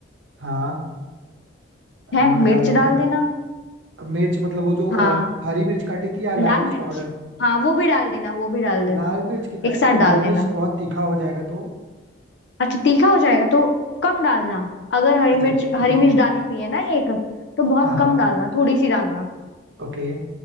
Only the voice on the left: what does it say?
है
मिर्च
डाल देना
हाँ
लाल
मिर्च
हाँ वो भी डाल देना वो भी डाल देना
एक
साथ
डाल देना
अच्छा तीखा हो जाएगा तो कम डालना अगर हरी
मिर्च
हरी मिर्च
डाली हुई है ना एक तो बहुत
कम डालना थोड़ी सी डालना